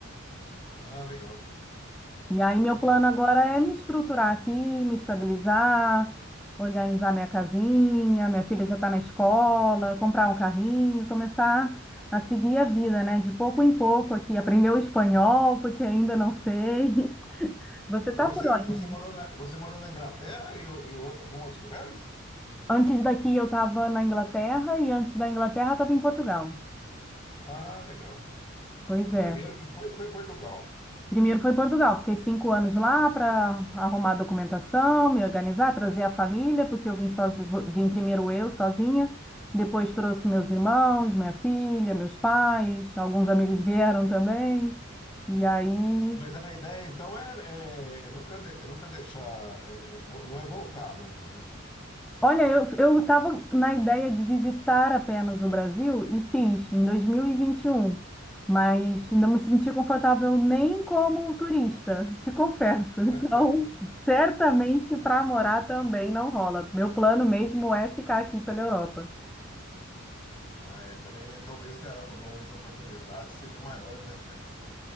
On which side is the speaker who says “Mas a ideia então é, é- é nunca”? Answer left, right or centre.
Left